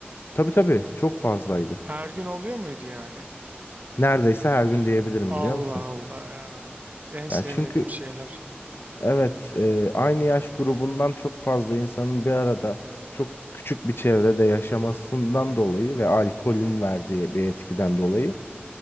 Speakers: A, on the left; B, on the right.
A: Tabii tabii çok fazlaydı.
B: Her gün oluyor muydu yani?
A: Neredeyse her gün diyebilirim
B: Allah
A: biliyor musun?
B: Allah ya. En sevmediğim
A: Yani çünkü
B: şeyler.
A: evet eee, aynı yaş grubundan çok fazla insanın bir arada çok küçük bir çevrede yaşamasından dolayı ve alkolün verdiği bir etkiden dolayı